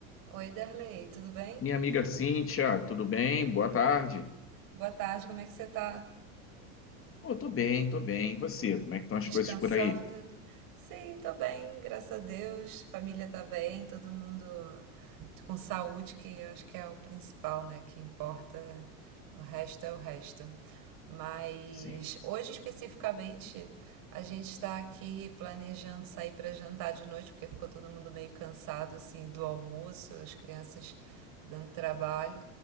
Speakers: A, on the right; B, on the left.
A: Oi, Derley, tudo bem?
B: Minha amiga Cíntia, tudo bem? Boa tarde.
A: Boa tarde, como é que você tá?
B: Pô, tô bem, tô bem. E você? Como é que estão
A: Descansando?
B: as coisas por aí?
A: Sim, tô bem, graças a Deus. Família tá bem, todo mundo com saúde, que eu acho que é o principal, né? Que importa. O resto é o resto. Mas
B: Sim.
A: hoje especificamente a gente está aqui planejando sair para jantar de noite, porque ficou todo mundo meio cansado assim do almoço, as crianças dando trabalho.